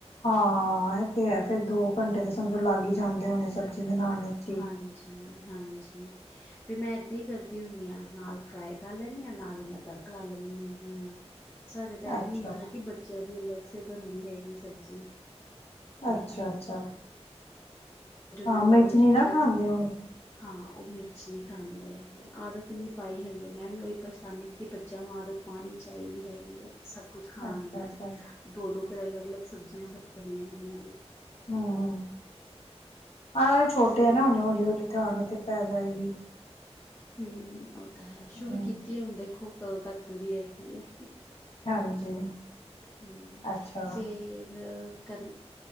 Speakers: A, on the left (about 65°); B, on the left (about 20°).
A: ਹਾਂ ਆ ਤੇ ਹੈ ਫੇਰ ਦੋ ਘੰਟੇ ਤਾਂ ਸਮਝੋ ਲਾਗ ਹੀ ਜਾਂਦੇ ਹੋਣੇ ਸਬਜ਼ੀ ਬਣਾਉਣ ਵਿੱਚ ਹੀ।
B: ਹਾਂਜੀ ਹਾਂਜੀ ਫੇਿਰ ਮੈਂ ਏਦਾਂ ਹੀ ਕਰਦੀ ਹੁੰਦੀ ਹਾਂ ਨਾਲ ਫਰਾਈ ਕਰ ਲੈਂਦੀ ਹਾਂ ਨਾਲ ਹੀ ਮੈਂ ਤੜਕ ਲਾ ਲੈਂਦੀ ਹੈਗੀ ਹਾਂ ਸਾਡੇ ਤਾਂ ਇਹ
A: ਅੱਛਾ,
B: ਵੀ ਹੁੰਦਾ ਨਾ ਕਿ ਬੱਚਿਆਂ ਦੀ ਅਲੱਗ ੇ ਬਣਦੀ ਹੈਗੀ ਸਬਜ਼ੀ ਤੇ
A: ਅੱਛਾ ਅੱਛਾ ਹਾਂ
B: ਨ
A: ਮਿਰਚ
B: ਉਹ ਚ
A: ਨੀ
B: ਥੋੜਾ
A: ਨਾ ਖਾਂਦੇ
B: ਜਿ
A: ਹੋਣੇ।
B: ਹਾਂ ਉਹ ਮਿਰਚ ਨਹੀਂ ਖਾਂਦੇ ਹੈਗੇ ਆਦਤ ਨਹੀਂ ਪਾਈ ਹਲੇੇ ਮੈਂ ਵੀ ਉਹੀ ਪਛਤਾਾਨਦੀ ਕਿ ਬੱਚਿਆਂ ਨੂੰ ਆਦਤ ਪਾਉਣੀ ਚਾਹੀਦੀ ਹੈਗੀ ਹੈ ਸਭ ਕੁਛ ਖਾਣ
A: ਅੱਛਾ,
B: ਦੀ
A: ਅੱਛਾ,
B: ਦੋ ਦੋ
A: ਅੱਛਾ
B: ਫੇਰ ਅਲੱਗ ਅਲੱਗ ਸਬਜ਼ੀਆਂ ਵਧੀਆ ਹੈਗੀਆਂ
A: ਹਾਂ ਹਾਂ ਛੋਟੇ
B: ਫੇਰ
A: ਹੈ ਨਾ ਹੇ ਹੌਲੀ ਹੌਲੀ ਤਾਂ ਆਾਂ ਅਤੇ ਪੈ ਜਾਏਗੀ
B: ਹਮ ਹੈ ਸ਼ੁਰੂ
A: ਹੂੰ
B: ਕੀਤੀ ਹੈ ਹੁਣ ਦੇਖੋ ਕਦੋਂ ਤੱਕ ਕਿੰਦੀ ਹੈਗੀ ਹੈ?
A: ਹਾਂਜੀ
B: ਹੂੰ
A: ਅੱਛਾ
B: ਫੇਰ ਕਰਨ